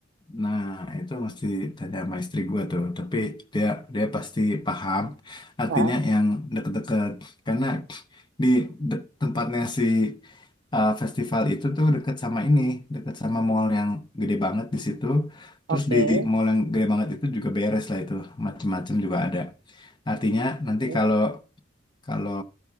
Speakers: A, on the left; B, on the right.
A: nah itu mesti tanya sama istri gua tuh. Tapi dia dia pasti paham artinya
B: Ah,
A: yang deket-deket. Karena di de- tempatnya si uh, festival itu tuh deket sama ini, deket sama mall yang gede banget di situ. Terus
B: oke,
A: di mall yang gede banget itu juga beres lah itu, macem-macem juga ada. Artinya nanti
B: oke.
A: kalau kalau